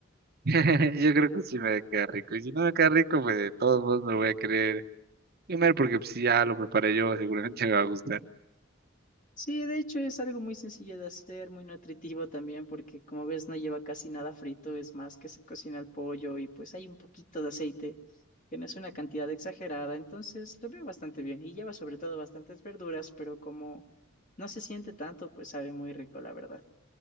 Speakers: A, on the right; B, on the left.
A: Yo creo que sí me queda rico, y si no me queda rico, pues de todos modos me lo voy a querer comer, porque pues, si ya lo preparé yo, seguramente me va a gustar.
B: Sí, de hecho es algo muy sencillo de hacer, muy nutritivo también, porque como ves no lleva casi nada frito, es más que se cocina el pollo y pues hay un poquito de aceite, que no es una cantidad exagerada, entonces lo veo bastante bien y lleva sobre todo bastantes verduras, pero como no se siente tanto, pues sabe muy rico, la verdad.